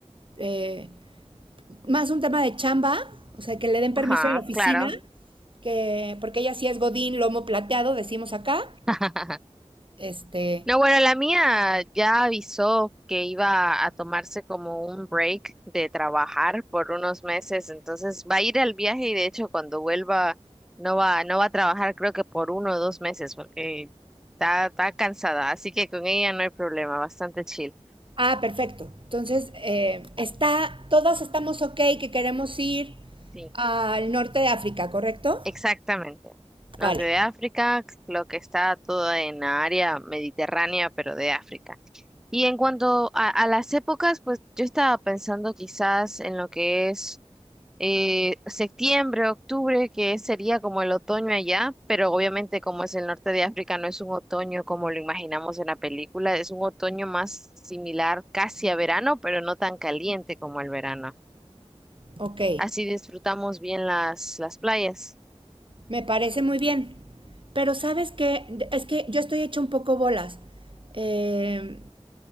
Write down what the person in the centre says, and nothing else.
Ajá,
claro.
<laughs>
No, bueno, la mía ya avisó que iba a tomarse como un break de trabajar por unos meses, entonces va a ir al viaje y de hecho cuando vuelva no va, no va a trabajar creo que por uno o dos meses porque está, está cansada, así que con ella no hay problema, bastante chill.
Sí,
exactamente. Norte
de África, lo que está todo en la área mediterránea, pero de África. Y en cuanto a, a las épocas, pues yo estaba pensando quizás en lo que es eh, septiembre, octubre, que sería como el otoño allá, pero obviamente como es el norte de África, no es un otoño como lo imaginamos en la película, es un otoño más similar casi a verano, pero no tan caliente como el verano.
Así disfrutamos bien las, las playas.